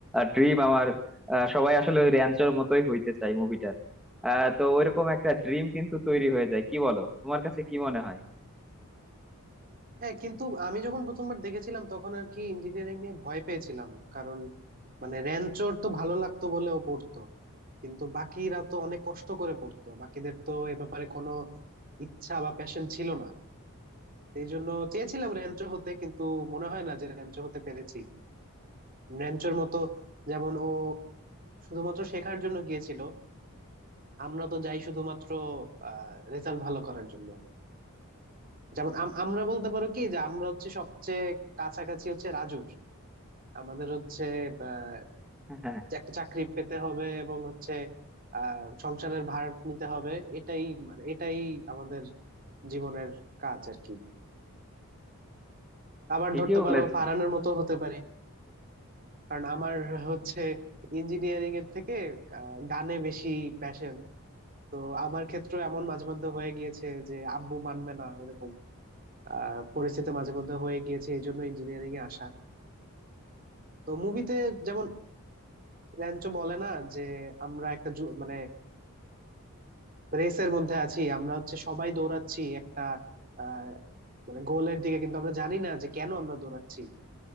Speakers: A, in the centre; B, on the right (about 40°).
A: ড্রিম আমার আ, সবাই আসলে ওই র্যাঞ্চোর মতোই হইতে চাই মুভিটা আহ তো ওইরকম একটা ড্রিম কিন্তু তৈরি হয়ে যায় কি বলো তোমার কাছে কি মনে হয়
B: হ্যাঁ কিন্তু আমি যখন প্রথমবার দেখেছিলাম তখন আর কি ইঞ্জিনিয়ারিং নিয়ে ভয় পেয়েছিলাম কারণ মানে র্যাঞ্চোর তো ভালো লাগতো বলে ও পড়তো কিন্তু বাকিরা তো অনেক কষ্ট করে পড়তো বাকিদের তো এ ব্যাপারে কোনো ইচ্ছা বা প্যাশন ছিল না এই জন্য চেয়েছিলাম র্যাঞ্চো হতে কিন্তু মনে হয় না যে র্যাঞ্চো হতে পেরেছি র্যাঞ্চোর মতো যেমন ও শুধুমাত্র শেখার জন্য গিয়েছিল আমরা তো যাই শুধুমাত্র আহ রেজাল্ট ভালো করার জন্য যেমন আম- আমরা বলতে পারো কি যে আমরা হচ্ছে সবচেয়ে কাছাকাছি হচ্ছে রাজুর আমাদের হচ্ছে আহ,
A: <laughs> হ্যাঁ
B: যে একটা চাকরি পেতে হবে এবং হচ্ছে আহ সংসারের ভার নিতে হবে এটাই মানে এটাই আমাদের জীবনের কাজ আর কি আবার
A: ঠিকই
B: ধরতে
A: বলেছ
B: পারো ফারহানের মতো হতে পারি কারণ আমার হচ্ছে ইঞ্জিনিয়ারিং এর থেকে আহ, গানে বেশি প্যাশন তো আমার ক্ষেত্রে এমন মাঝে মধ্যে হয়ে গিয়েছে যে আব্বু মানবে না এরকম আহ পরিস্থিতি মাঝে মধ্যে হয়ে গিয়েছে এই জন্য ইঞ্জিনিয়ারিং এ আসা তো মুভিতে যেমন র্যাঞ্চো বলে না যে আমরা একটা যু- মানে রেসের মধ্যে আছি আমরা হচ্ছে সবাই দৌড়াচ্ছি একটা আহ মানে গোলের দিকে কিন্তু আমরা জানি না যে কেন আমরা দৌড়াচ্ছি